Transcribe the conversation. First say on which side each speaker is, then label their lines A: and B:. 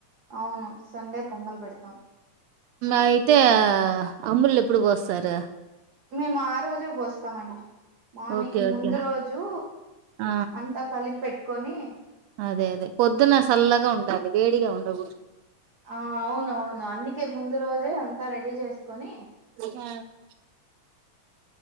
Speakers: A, on the right; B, on the right.
A: అవును సండే పొంగల్ పెడతం
B: అయితే అంబల్లు ఎప్పుడు పోస్తారు
A: మేము ఆ రోజే పోస్తామండి Morning
B: ఓకే. okay.
A: ముందు రోజు
B: ఆ!
A: అంతా కలిపి పెట్టుకొని
B: అదే అదే పొద్దున సల్లగా ఉండాలి వేడిగా ఉండకూడదు
A: ఆ అవునవును అందుకే ముందు రోజే అంతా రెడీ చేసుకొని
B: <unintelligible>